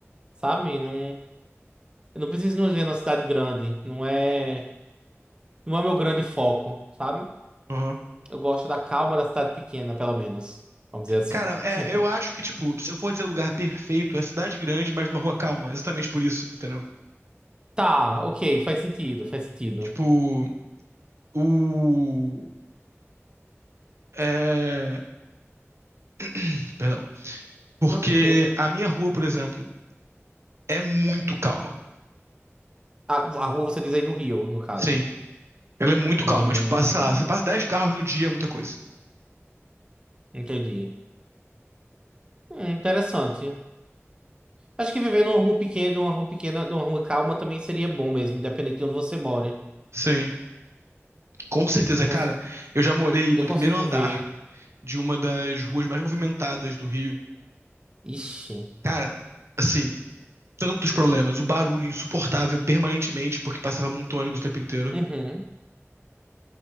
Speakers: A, on the right; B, on the right.
A: sabe? Não, eu não preciso não viver numa cidade grande, não é, não é meu grande foco, sabe?
B: Aham.
A: Eu gosto da calma da cidade pequena, pelo menos, vamos dizer assim.
B: Cara,
A: <laughs>
B: é,
A: Sim.
B: eu acho que, tipo, se eu for dizer lugar perfeito, é cidade grande, mas numa rua calma. Exatamente por isso, entendeu?
A: Tá, ok, faz sentido, faz sentido.
B: Tipo. O. É... <clears throat> Perdão. Porque
A: Não, tranquilo.
B: a minha rua, por exemplo, é muito calma.
A: A, a rua você diz aí do Rio, no caso.
B: Sim. Ela é muito
A: Hum,
B: calma. Tipo, passa, você passa 10 carros no dia, é muita coisa.
A: entendi. Hum, interessante. Acho que viver numa rua pequena, numa rua pequena, numa rua calma também seria bom mesmo, independente de onde você mora.
B: Sim. Com certeza,
A: Cons-
B: cara. Eu já morei
A: Eu
B: no primeiro
A: consigo
B: andar
A: ver.
B: de uma das ruas mais movimentadas do Rio.
A: Ixi.
B: Cara, assim, tantos problemas. O barulho insuportável permanentemente, porque passava muito ônibus o tempo inteiro.
A: Uhum.